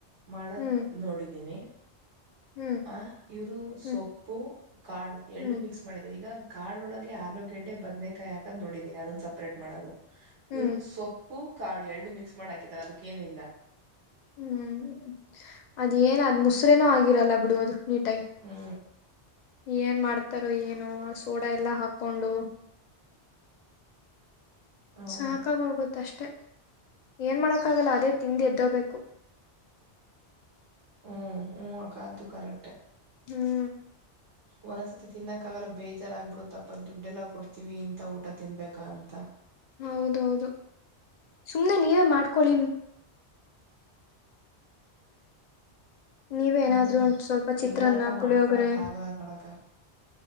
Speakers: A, on the right (about 85°); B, on the left (about 55°).
A: ಮಾಡ
B: ಹ್ಮ್
A: ನೋಡಿದೀನಿ.
B: ಹ್ಮ್
A: ಆ ಇವ್ರು
B: ಹ್ಮ್
A: ಸೊಪ್ಪು ಕಾಳು ಎರಡು
B: ಹ್ಮ್
A: ಮಿಕ್ಸ್ ಮಾಡಿದ. ಈಗ ಕಾಲ್ನೊಳಗೆ ಆಲೂಗೆಡ್ಡೆ ಬದ್ನೆ ಕಾಯಿ ಹಾಕೋದು ನೋಡಿದಿನಿ ಅದನ್ ಸಪ್ರೇಟ್ ಮಾಡೋದು.
B: ಹ್ಮ್
A: ಇವ್ರು ಸೊಪ್ಪು ಕಾಳು ಎರಡು ಮಿಕ್ಸ್ ಮಾಡ್ ಹಾಕಿದಾರೆ ಅದ್ಕೇನು ಇಲ್ಲ.
B: ಹ್ಮ್ ಅದೇ ಏನು ಅದು ಮುಸ್ರೇನು ಆಗಿರಲ್ಲ ಬಿಡು ಅದು ನೀಟಾಗಿ.
A: ಹ್ಮ
B: ಏನ್ ಮಾಡ್ತಾರೋ ಏನು ಆ ಸೋಡಾ ಎಲ್ಲಾ ಹಾಕೊಂಡು.
A: ಹ್ಮ್
B: ಸಾಕಾ ಆಗಿ ಹೋಗುತ್ತ ಅಷ್ಟೆ ಏನ್ ಮಾಡಕ್ಕ ಆಗಲ್ಲ ಅದೇ ತಿಂದು ಎದ್ದ ಹೋಗಬೇಕು.
A: ಹ್ಮ್ ಹ್ಮ್ ಅಕ್ಕ ಅದು ಕರೆಕ್ಟ್.
B: ಹ್ಮ್
A: ಒಂದ್ಸತಿ ತಿನ್ನಕ್ಕ ಆಗಲ್ಲ ಬೇಜಾರಾಗಗ್ಬಿಡುತ್ತಪ್ಪ ದುಡ್ಡೆಲ್ಲ ಕೊಡ್ತೀವಿ ಇಂತ ಊಟ ತಿನ್ಬೇಕಾ ಅಂತ.
B: ಹೌದೌದು ಸುಮ್ನೆ ನೀವೇ ಮಾಡ್ಕೊಳ್ಳಿ. ನೀವೇ
A: ಹ್ಮ್
B: ಏನಾದ್ರು ಒಂದ್ ಸ್ವಲ್ಪ ಚಿತ್ರಾನ್ನ
A: ಏ ಅಕ್ಕ ಮಾಡ್ಕಣಕ
B: ಪುಳಿಯೋಗರೆ
A: ಆಗಲ್ಲ ಕಣ್ಣಕ್ಕ.